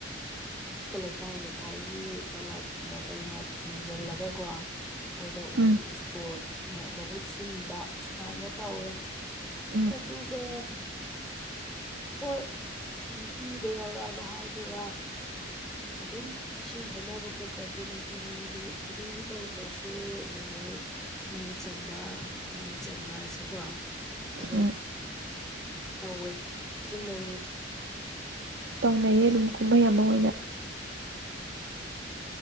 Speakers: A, in the centre; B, on the right.
A: ꯂꯩꯀꯥꯏ ꯂꯩꯀꯥꯏꯒꯤ ꯀ꯭ꯂꯞꯅ ꯀꯩꯅ ꯊꯤꯡꯖꯤꯜꯂꯒꯀꯣ ꯃꯣꯏꯅ
B: ꯎꯝ
A: ꯎ ꯏꯁꯄꯣꯔꯠꯅ ꯃꯍꯨꯠ ꯁꯤꯟꯕ ꯑꯁꯨꯃꯥꯏꯅ ꯇꯧꯔꯦ
B: ꯎꯝ
A: ꯑꯗꯨꯒ ꯍꯣꯏ ꯏꯗ ꯌꯥꯎꯔꯛꯑꯕ ꯍꯥꯏꯗꯨꯔꯥ ꯑꯗꯨꯝ ꯏꯁꯤꯡ ꯍꯩꯅꯕ ꯈꯣꯠꯄꯁꯦ ꯅꯨꯡꯇꯤꯒꯤ ꯅꯨꯃꯤꯠ ꯈꯨꯗꯤꯡꯒꯤ ꯇꯧꯗ꯭ꯔꯁꯨ ꯅꯨꯃꯤꯠ ꯍꯨꯝꯅꯤ ꯆꯟꯕ ꯃꯉꯥꯅꯤ ꯆꯟꯕꯁꯦꯀꯣ ꯑꯗꯨꯝ
B: ꯎꯝ
A: ꯇꯧꯋꯦ ꯊꯦꯡꯅꯩꯌꯦ
B: ꯇꯧꯅꯩꯌꯦ ꯑꯗꯨꯝ ꯀꯨꯝꯍꯩ ꯑꯃ ꯑꯣꯏꯅ
A: ꯎꯝ